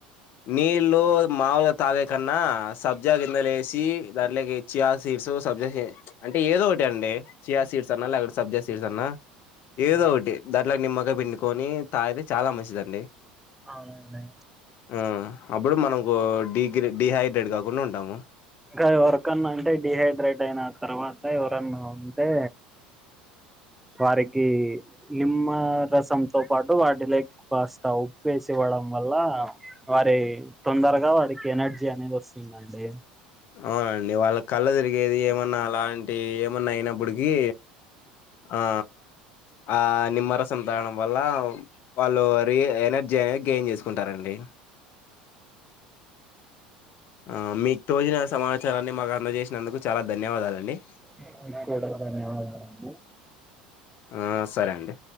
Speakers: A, on the left; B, in the centre.
A: నీళ్లు మాములుగా తాగే కన్నా సబ్జా గింజలేసి దాంట్లోకి చియా సీడ్స్ సబ్జె అంటే ఏదో ఒకటి అండి చియా సీడ్స్ అన్నా లేక సబ్జా సీడ్స్ అన్నా ఏదో
B: ఆ
A: ఒకటి దాంట్లోకి నిమ్మకాయ పిండుకొని తాగితే చాలా మంచిదండి
B: అవునండి
A: ఆ అప్పుడు మనం డిహైడ్రేట్ కాకుండా ఉంటాము
B: ఇంకా ఎవరికన్నా అంటే డిహైడ్రేట్ అయిన తర్వాత ఎవరన్నా ఉంటే వారికి నిమ్మ రసంతో పాటు వాటి లే కాస్తా ఉప్పు వేసి ఇవ్వడం వల్ల వారి తొందరగా వారికి ఎనర్జీ అనేది వస్తుందండి
A: అవునండి వాళ్ళ కళ్ళ తిరిగేది ఏమన్నా అలాంటి ఏమన్నా అయినప్పటికి ఆ ఆ నిమ్మరసం తాగడం వల్ల వాళ్ళు రి ఎనర్జీ అనేది గెయిన్ చేసుకుంటారండి ఆ మీకు తోచిన సమాచారాన్ని మాకు అందజేసినందుకు చాలా ధన్యవాదాలండి
B: మీ కూడా ధన్యవాదాలండి
A: ఆ సరే అండి